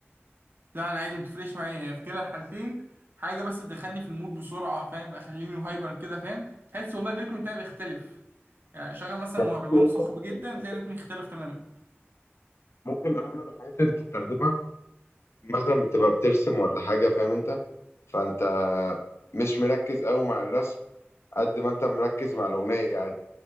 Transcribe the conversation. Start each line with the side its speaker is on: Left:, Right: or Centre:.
Right: لا انا عادي متفرقش معايا في كلا الحالتين حاجه بس تدخلني في المود بسرعه فاهم اخليني هايبر كده فاهم تحس والله الريتم بتاعي بيختلف يعني شغل مثلا
Left: يعني
Right: مهرجان
Left: انت-
Right: صاخب جدا
Left: انت
Right: تلاقي رتمي اختلف تماما
Left: ممكن اغلب الحاجات اللي بتستخدمها مثلا بتبقى بترسم ولا حاجة فاهم انت فانت مش مركز قوي مع الرسم قد ما انت مركز مع الأغنية عادي